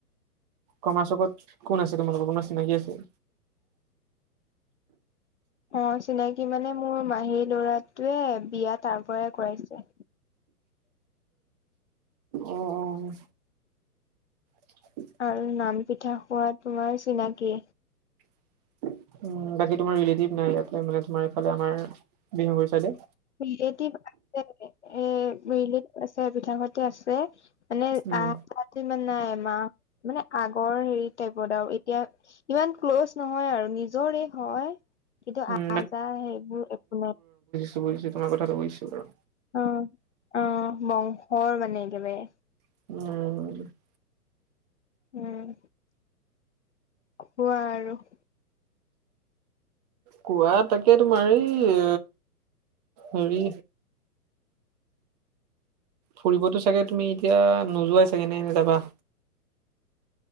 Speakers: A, on the right; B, on the left.
A: কৰ্মা চকত কোন আছে তোমালোকৰ কোনোবা চিনাকি আছে।
B: অ চিনাকি মানে মোৰ মাহীৰ লৰাটোৱে বিয়া তাৰ পৰাই কৰাইছে।
A: অ অ <inaudible>
B: আৰু নাম পিঠা খোৱা তোমাৰ চিনাকি
A: <inaudible> উ বাকী তোমাৰ ৰিলেটিভ নাই ইয়াতে মানে তোমাৰ এইফালে আমাৰ বিহাগু চাইদে
B: ৰিলেটিভ আছে এ ৰিলেটিভ আছে পিতহঁতে আছে মানে
A: উম
B: আহ ত ইমান নাই মাহ মানে আগৰ হেৰি টাইপত আৰু এতিয়া ইমান ক্ল'জ নহয় আৰু নিজৰে হয় কিন্তু
A: উম
B: আহ যাহ সেইবোৰ একো নাই
A: বুজিছোঁ তোমাৰ কথাটো বুজিছোঁ বাৰু
B: অ অ বংশৰ মানে একেবাৰে
A: উম
B: উম কোৱা আৰু
A: কোৱা তাকে তোমাৰ এই হেৰি ফুৰিবতো চাগে তুমি এতিয়া নোযোৱাই চাগে নে এনে যাবা